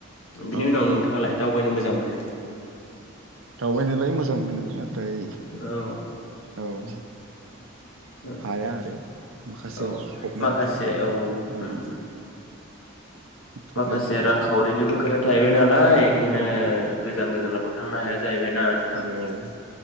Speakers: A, on the left; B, on the right.
A: बिनि
B: औ
A: उनाव नोंथाङालाय दावबायनो मोजां मोनो
B: दावबायनोलाय मोज जां मोनो नाथाय
A: औ
B: औ <inaudible>
A: ओ
B: हाया आरो माखासे
A: औ
B: प्रब्लेम
A: माखासे औ उम
B: औ
A: उम
B: प्रब्लेम
A: माखासे
B: थायो
A: रांखावरिनिबो खोथा थायबाय ना लाय एखोनो
B: औ
A: गोजान गोजानाव थांनो हाया जाहैबाय ना नोंथां
B: आरो औ